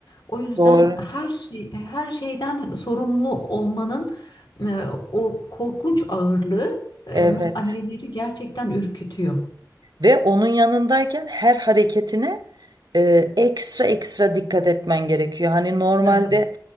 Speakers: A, on the left; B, on the right.
A: O yüzden
B: Doğru.
A: her şey her şeyden sorumlu olmanın e, o korkunç ağırlığı e,
B: Evet.
A: anneleri gerçekten ürkütüyor.
B: Ve onun yanındayken her hareketine e, ekstra ekstra dikkat etmen gerekiyor. Hani normalde
A: Tabii,